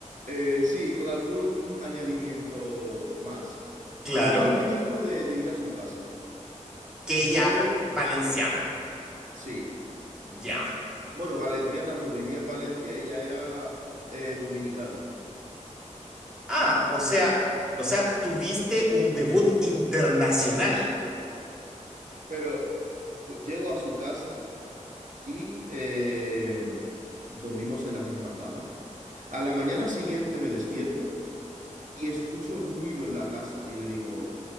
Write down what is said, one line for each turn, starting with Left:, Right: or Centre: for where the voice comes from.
Right: eh, sí, con algún añadimiento más.
Centre: claro,
Right: Y me dijo de, de ir a su casa.
Centre: que
Right: Yo,
Centre: ella valenciana,
Right: sí.
Centre: ya.
Right: Bueno, valenciana no, vivía en Valencia, ella era eh, dominicana.
Centre: Ah, o sea, o sea, tuviste un debut internacional,
Right: Pero llego a su casa. y eh, dormimos en la misma cama. A la mañana siguiente me despierto y escucho ruido en la casa y le digo,